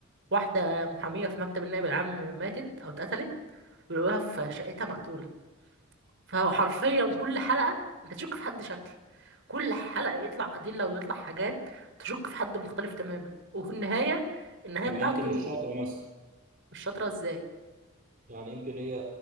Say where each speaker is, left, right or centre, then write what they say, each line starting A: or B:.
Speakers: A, on the right; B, on the right.
A: واحدة محامية في مكتب النائب العام ماتت أو اتقتلت ولقوها في شقتها مقتولة فهو حرفيا كل حلقة انت تشك في حد شكل كل حلقة يطلع أدلة ويطلع حاجات تشك في حد مختلف تماما وفي النهاية النهاية
B: طب
A: بتاعته
B: ما يمكن مش شاطرة مثلا
A: مش شاطرة ازاي
B: يعني يمكن هي